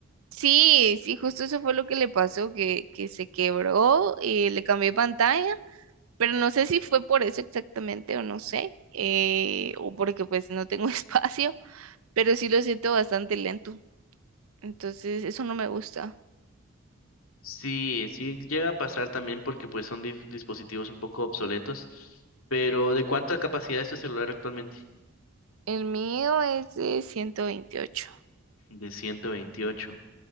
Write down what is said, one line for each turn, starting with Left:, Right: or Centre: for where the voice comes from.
Right: Sí, sí, justo eso fue lo que le pasó, que, que se quebró y le cambié pantalla, pero no sé si fue por eso exactamente o no sé, eh, o porque pues no tengo <laughs> espacio, pero sí lo siento bastante lento. Entonces, eso no me gusta.
Left: Sí, sí llega a pasar también porque pues son dif- dispositivos un poco obsoletos. Pero ¿de cuánta capacidad es tu celular actualmente?
Right: El mío es de 128.
Left: De ciento veintiocho